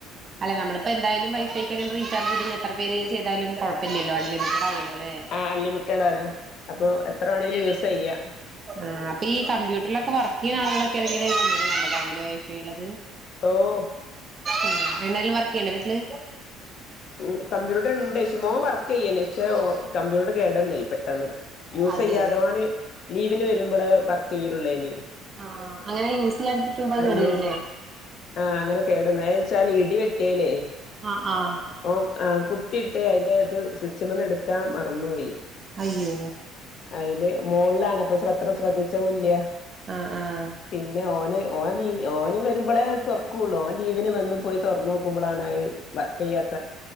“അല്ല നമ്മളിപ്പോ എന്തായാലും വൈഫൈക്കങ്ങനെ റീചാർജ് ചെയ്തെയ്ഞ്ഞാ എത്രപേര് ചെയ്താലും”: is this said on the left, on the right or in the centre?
Right